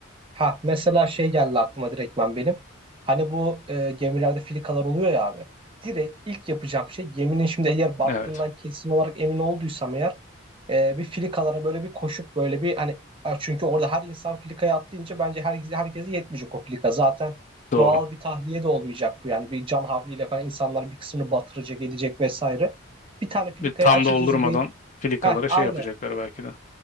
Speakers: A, on the right (about 25°); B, on the left (about 35°).
A: Ha mesela şey geldi aklıma direktmen benim. Hani bu e, gemilerde filikalar oluyor ya abi. Direkt ilk yapacağım şey geminin şimdi eğer battığından
B: Evet
A: kesin olarak emin olduysam eğer e, bir filikalara böyle bir koşup böyle bir hani a, çünkü orada her insan filikaya atlayınca bence herkese herkese yetmeyecek o filika. Zaten
B: doğru.
A: doğal bir tahliye de olmayacak bu yani bir can havliyle falan insanlar bir kısmını batıracak edecek vesaire. Bir tane filikayı
B: Bir tam
A: açıkçası
B: doldurmadan
A: değil.
B: filikalara
A: Heh,
B: şey
A: aynı.
B: yapacaklar belki de.